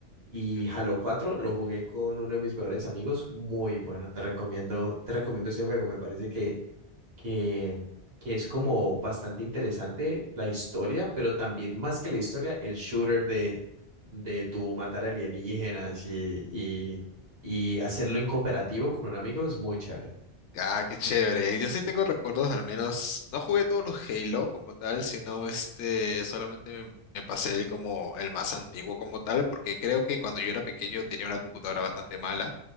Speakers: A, on the right (about 60°); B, on the left (about 80°).
A: y
B: mm,
A: Halo 4 lo jugué con uno de mis mejores amigos. Muy bueno, te recomiendo, te recomiendo ese juego. Me parece que, que, que es como bastante interesante la historia, pero también más que la historia, el shooter de, de tu matar alienígenas y, y, y hacerlo en cooperativo con un amigo es muy chévere.
B: Ah, qué chévere. Yo sí tengo recuerdos, al menos, no jugué todos los Halo como tal, sino este, solamente me, me pasé el como el más antiguo como tal, porque creo que cuando yo era pequeño tenía una computadora bastante mala,